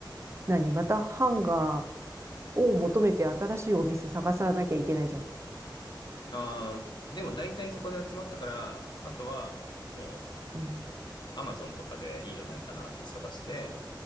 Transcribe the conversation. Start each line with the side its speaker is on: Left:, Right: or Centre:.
Right: 何またハンガーを求めて新しいお店探さなきゃいけないじゃん。
Left: ああ、でも大体そこで集まったから、あとは、もう、
Right: うん、
Left: アマゾンとかでいいのないかなって探して、